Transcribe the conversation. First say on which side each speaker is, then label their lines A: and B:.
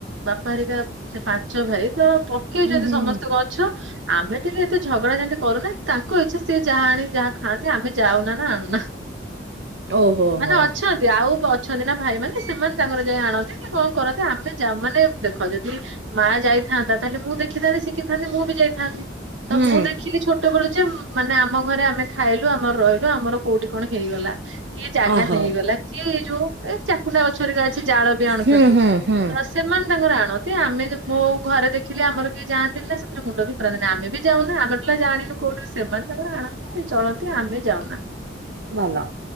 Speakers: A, on the right; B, on the right.
A: ବାପା ହେରିକା ସେ ପାଞ୍ଚ ଭାଇ। ତ ପ ପକେଇଛନ୍ତି
B: ହୁଁ ହୁଁ
A: ସମସ୍ତେ ଗଛ ଆମେ ଟିକେ ଏତେ ଝଗଡା ଝାଣ୍ଟି କରୁନା। ତାଙ୍କ ଇଛା ସିଏ ଯାହା ଆଣି ଯାହା ଖାଆନ୍ତି ଆମେ ଯାଉନା ନା ଆଣୁନା।
B: ଓହୋ
A: ମାନେ
B: ହୋ
A: ଅଛନ୍ତି ଆଉ ଅଛନ୍ତି ନା। ଭାଇ ମାନେ ସେମାନେ ତାଙ୍କର ଯାଇ ଆଣନ୍ତି କି କଣ କରନ୍ତି? ଆମେ ଯା ମାନେ ଦେଖ ଯଦି ମା ଯାଇଥାନ୍ତା ତାହେଲେ ମୁଁ ଦେଖିଥାନ୍ତି ଶିଖିଥାନ୍ତି ମୁଁ ବି ଯାଇଥାନ୍ତି। ତ
B: ହୁଁ
A: ମୁଁ ଦେଖିଲି ଛୋଟବେଳୁ ଯେ ମାନେ ଆମ ଘରେ ଆମେ ଖାଇଲୁ ଆମର ରହିଲୁ ଆମର କୋଉଠି କଣ ହେଇଗଲା। କିଏ ଜାଗା
B: ଓହୋ
A: ନେଇଗଲା? କିଏ ଯୋଉ ଏ ଚାକୁଣ୍ଡାଗଛହେରିକା ଅଛି ଜାଳ ବି ଆଣୁଛନ୍ତି।
B: ହୁଁ ହୁଁ ହୁଁ
A: ସେମାନେ ତାଙ୍କର ଆଣନ୍ତି। ଆମେ ମୋ ଘରେ ଦେଖିଲେ ଆମର କିଏ ଯାନ୍ତିନି କି ସେଥିରେ ମୁଣ୍ଡ ଖରାଦିନେ ଆମେବି ଯାଉନା ଆମେ ଜାଣିନୁ କୋଉଠି ସେମାନେ ତାଙ୍କର ଆଣନ୍ତି ଚଳନ୍ତି ଆମେ ଯାଉନା।
B: ଭଲ।